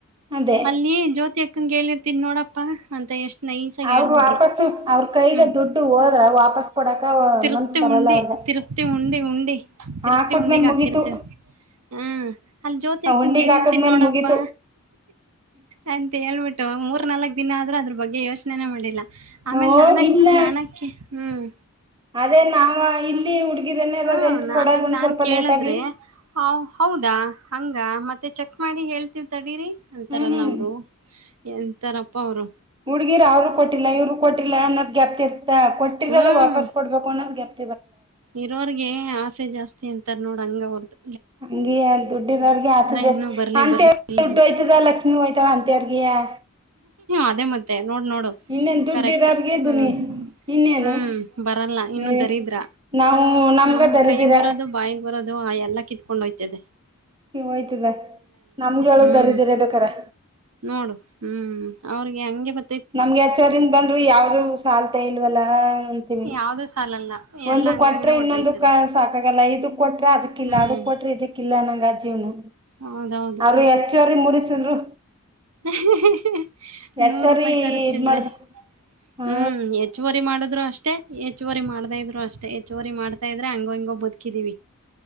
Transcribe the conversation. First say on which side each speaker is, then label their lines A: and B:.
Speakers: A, on the right (about 20°); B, on the right (about 85°).
A: ಅದೇ
B: ಅಲ್ಲಿ ಜ್ಯೋತಿ ಕ್ಕಂಗ್ ಹೇಳಿರ್ತೀನಿ ನೋಡಪ್ಪಾ ಅಂತ ಎಷ್ಟು ನೈಸಾಗಿ
A: ಅವರು
B: ಹೇಳ್ಬಿಟ್ರು
A: ವಾಪಸ್ಸು ಅವ್ರ ಕೈಗೆ
B: ಹ್ಮ್
A: ದುಡ್ಡು ಹೋದ್ರ ವಾಪಸ್ ಕೊಡಕ
B: ತಿರುಪ್ತಿ
A: ಮನ್ಸ್ ಬರಲ್ಲ
B: ಉಂಡಿ
A: ಅವ್ರಗ
B: ತಿರುಪ್ತಿ ಉಂಡಿ ಉಂಡಿ ತಿರುಪ್ತಿ
A: ಹಾಕ್ಬಿಟ್ಟ್ಮೇಲ್
B: ಉಂಡಿಗೆ
A: ಮುಗೀತು
B: ಹಾಕಿರ್ತೇನ ಹ ಅಲ್ಲಿ ಜ್ಯೋತಿ
A: ಆ
B: ಅಕ್ಕನ್ಗ್
A: ಉಂಡಿಗ್
B: ಹೇಳಿರ್ತೀನಿ
A: ಹಾಕದ್ಮೇಲ್
B: ನೋಡಪ್ಪಾ.
A: ಮುಗೀತು
B: ಅಂತೇಳ್ಬಿಟ್ಟು ಮೂರ್ ನಾಲ್ಕ್ ದಿನ ಆದ್ರೂ ಅದ್ರ ಬಗ್ಗೆ ಯೋಚನೆನೇ ಮಾಡಿಲ್ಲ. ಆಮೇಲೆ
A: ಓ
B: ನಾನೇ
A: ಇಲ್ಲ
B: ನಾನೇಕ್ ಹ್ಮ್.
A: ಅದೇ ನಾವ ಇಲ್ಲಿ ಹುಡ್ಗಿರನ್ನೆಲ್ಲ
B: ಹ್ಮ್
A: ರೆಂಟ್
B: ನಾನಾಗ್ನಾನ್
A: ಕೊಡೋದ ಒಂದ್ ಸ್ವಲ್ಪ
B: ಕೇಳಿದ್ರೆ
A: ಲೇಟ್ ಆಗ್ಲಿ
B: ಹೌದಾ ಹಂಗ ಮತ್ತ್ ಮತ್ತ ಚೆಕ್ ಮಾಡಿ ಹೇಳ್ತೀವ್ ತಡೀರಿ. ಅಂತಾರಲ್ಲ
A: ಹ್ಮ್
B: ಅವ್ರು. ಎಂತಾರಪ್ಪ ಅವ್ರು.
A: ಹುಡ್ಗಿರು ಅವರು ಕೊಟ್ಟಿಲ್ಲ ಇವ್ರು ಕೊಟ್ಟಿಲ್ಲ ಅನ್ನೋದ್ ಗ್ಯಾಪ್ಕ ಇರ್ತಾ ಕೊಟ್ಟಿರೋದು
B: ಹ್ಮ್
A: ವಾಪಸ್ ಕೊಡ್ಬೇಕು ಅನ್ನೋದ ಗ್ಯಾಪ್
B: ಇರೋರ್ಗೆ ಆಸೆ ಜಾಸ್ತಿ ಅಂತಾರ. ನೋಡ ಹಂಗವರ್ದು.
A: ಹಂಗಿಯೆ ದುಡ್ಡಿರೊರ್ಗೆ ಆಸೆ ಜಾಸ್ತಿ
B: ಇನ್ನೂ ಬರ್ಲಿ
A: ಅಂತವ್ರಿಗೆ
B: ಬರ್ಲಿ ಬರ್ಲಿ
A: ದುಡ್ಡು
B: ಅಂತ.
A: ಹೋಯ್ತದ ಲಕ್ಷ್ಮಿ ಹೋಯ್ತಳ ಅಂತ ಅ
B: ಅದೇ ಮತ್ತೆ. ನೋಡು ನೋಡು
A: ಇನ್ನೇನ್ ದುಡ್ಡು
B: ಕರೆಕ್ಟ್
A: ಇರೋರ್ಗೆ
B: ಹ್ಮ್
A: ದುನಿ ಇನ್ನೇನು
B: ಹ್ಮ್ ಬರಲ್ಲ ಇನ್ನೂ
A: ಏ
B: ದರಿದ್ರ
A: ನಾವು ನಮ್ಗ
B: ನಮ್
A: ದರಿದಿರ
B: ಕೈಗ್ ಬರೋದು ಬಾಯಿಗೆ ಬರೋದು ಎಲ್ಲಾ ಕಿತ್ ಕೊಂಡೋಯ್ತದೆ.
A: ಈ ಹೋಯ್ತದ ನಮ್ಗೆ ಹೇಳು
B: ಹ್ಮ್
A: ದರಿದರ ಬೇಕಾರೆ.
B: ನೋಡು ಹ್ಮ್ ಅವ್ರಿಗೆ ಹಂಗೆ ಬ
A: ನಮ್ಗೆ ಹಚ್ಚರಿಂದ ಬಂದ್ರು ಯಾವ್ದು ಸಾಲ್ತ ಇಲ್ವಲ್ಲ ಅಂತನೀ
B: ಯಾವ್ದೂ ಸಾಲಲ್ಲ
A: ಒಂದುಕ್
B: ಎಲ್ಲ ಹಂಗಂಗೆ
A: ಕೊಟ್ರೆ
B: ಹೊಟ್ಟೋಯ್ತದೆ
A: ಇನ್ನೊಂದುಕ್ಕ ಸಾಕಾಗಲ್ಲ ಇದು ಕೊಟ್ ಇಲ್ಲ
B: ಹ್ಮ್
A: ಅದಕ್ಕ ಕೊಟ್ರ ಇದಕ್ಕಿಲ್ಲ ಅನ್ನಂಗೆ ಅ ಏನು?
B: ಹೌದೌದು
A: ಅವ್ರು ಹೆಚ್ಚುವರಿ ಮುರಿಸಿದ್ರು.
B: ಹೂ ಹೂ ಹೂ
A: ಹೆಚ್ಚೋರಿ
B: ರೂಪಾಯಿ ಖರ್ಚಿದ್ರೆ
A: ಇದ್ ಮಾಡಿದ್ರು ಹಾ
B: ಹ್ಮ್ ಹೆಚ್ಚುವರಿ ಮಾಡುದ್ರು ಅಷ್ಟೇ ಹೆಚ್ಚುವರಿ ಮಾಡ್ದೆ ಇದ್ರು ಅಷ್ಟೆ ಹೆಚ್ಚುವರಿ ಮಾಡ್ತಾ ಇದ್ರೆ ಹಂಗೋ ಹಿಂಗೊ ಬದುಕಿದಿವಿ.